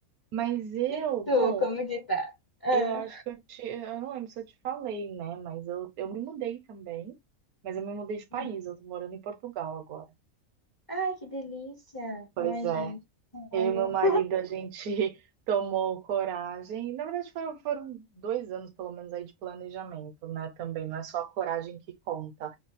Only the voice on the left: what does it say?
E tu,
como que tá? Ah,
é.
Ai, que delícia!
Ai,
gente, sonho.